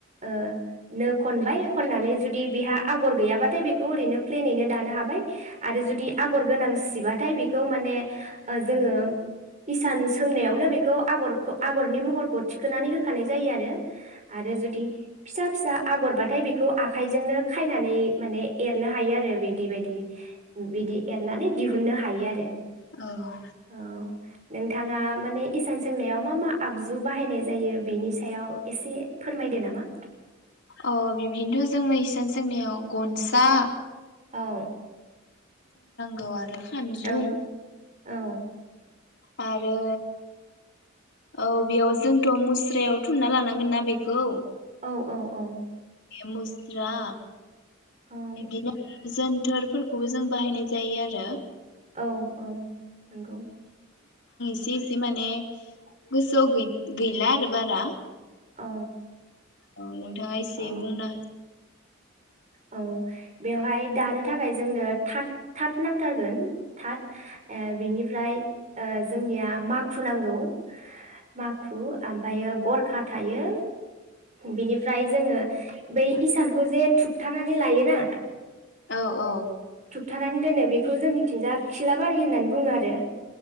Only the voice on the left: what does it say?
औ
अ बिबदिनोथ जोंनसां सोंनियाव गनसा
गौ आरो खानजुं
आरो औ बेयाव जोंथ मुस्रायाव थुनना लानांगोन ना बेखौ।
मुस्रा
बिदिनो जोनथोरफोरखौबो जों बाहायनाय जायो आरो।
इसे इसे माने गोसोआव गैला आरो बारा
औ नों नोंथाङा एसे
बुंना
औ औ